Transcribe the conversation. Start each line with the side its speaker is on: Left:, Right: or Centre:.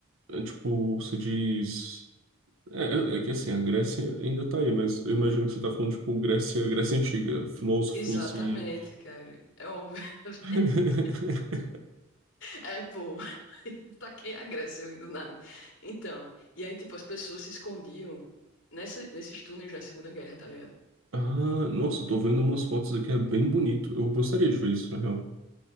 Right: é tipo, você diz. É, é é que assim, a Grécia ainda tá aí, mas eu imagino que você tá falando, tipo, Grécia, Grécia Antiga, filósofos
Left: Exatamente,
Right: e.
Left: cara. É óbvio. <laughs>
Right: <laughs>
Left: É pô, <laughs> Taquei a Grécia ali do nada. Então, e aí, tipo, as pessoas se escondiam nessa, nesses túneis na Segunda Guerra, tá ligado?
Right: Ah, nossa, eu tô vendo umas fotos aqui, é bem bonito. Eu gostaria de ver isso, na real.